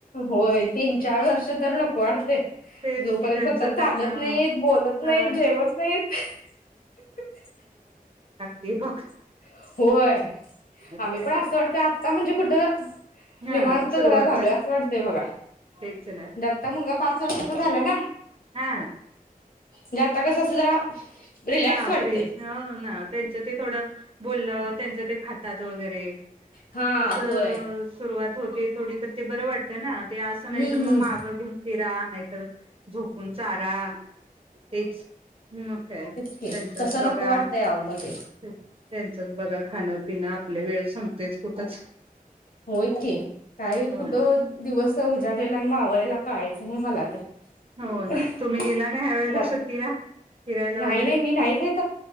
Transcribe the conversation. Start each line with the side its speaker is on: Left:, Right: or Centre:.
Left: होय तीन चार वर्ष तर नको वाटते.
Right: तेच
Left: जोपर्यंत
Right: कि त्यांचं त्यांना
Left: चालत नाहीत, बोलत
Right: अ
Left: नाहीत, जेवत नाहीत. <unintelligible>
Right: ये बघ
Left: <inaudible> होय... आम्ही
Right: काय
Left: पण असं वाटत्यात <unintelligible> म्हणजे कुठ
Right: हा
Left: निवांत
Right: सुरुवात
Left: जरा झालोय असं वाटतय बघा
Right: तेच ना
Left: आता मुलगा पाच वर्ष ओ घाला ना
Right: हा
Left: ते आता कस असतय जरा रिलॅक्स
Right: हा
Left: वाटतंय
Right: फ्रीज ना त्यांच्या ति थोडं बोलयाव तेंच ते खातात वगैरे
Left: हा
Right: तस
Left: होय
Right: सुरुवात होते थोडी तर ते बरं वाटतं ना ते असं नाहीतर
Left: हम्म हम्म
Right: मग मागं घेऊन फिरा नाहीतर झोपून चारा तेच ह् मग काय?
Left: <unintelligible>
Right: त्यांचंच
Left: तस
Right: बघा
Left: नको वाटतय आओ मध्ये
Right: त्यांचंच बघा खाणं पिन आपले वेळ संपतेच कुठंच
Left: होय की काय?
Right: हो
Left: कुठं
Right: ना
Left: दिवस? तो उजाडलेला आणि मावळलेला कळायच <unintelligible> मला तर
Right: हो ना
Left: <unintelligible>
Right: तुम्ही गेला ना ह्या वेळेला
Left: मला
Right: सुट्टीला फिरायला
Left: नाही
Right: वगैरे
Left: नाही मी नाहीच